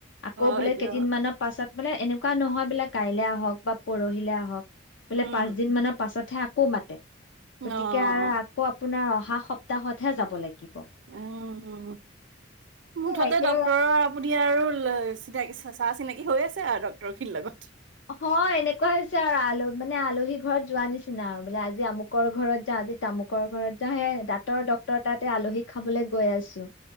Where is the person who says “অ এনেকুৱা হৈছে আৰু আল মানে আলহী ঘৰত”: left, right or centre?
Left